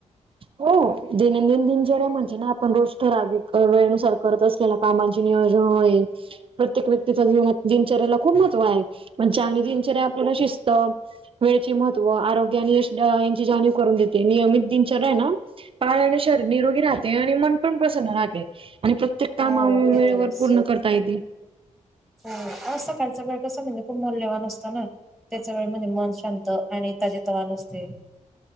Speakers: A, on the right; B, in the centre.
A: हो दैनंदिन दिनचर्या म्हणजे ना आपण रोज ठराविक वेळेनुसार करत असतो त्याला कामाचे नियोजन प्रत्येक व्यक्तीच्या जीवनात दिनचर्येला खूप महत्त्व आहे, पण चांगली दिनचर्या आपल्याला शिस्त वेळेचे महत्व, आरोग्य आणि यांची जाणीव करून देते नियमित दिन दिनचर्याना <unintelligible> आणि शरीर निरोगी राहते, आणि मन पण प्रसन्न राहते, आणि प्रत्येक ते
B: हो
A: काम <unintelligible>
B: घेत
A: वेळेवर
B: आहेस
A: पूर्ण करता येते.
B: हो रोज सकाळच्या वेळ कसा म्हणजे खूप मौल्यवान असतो ना. त्याच वेळेमध्ये मन शांत आणि त्याचे तवानं असतंय.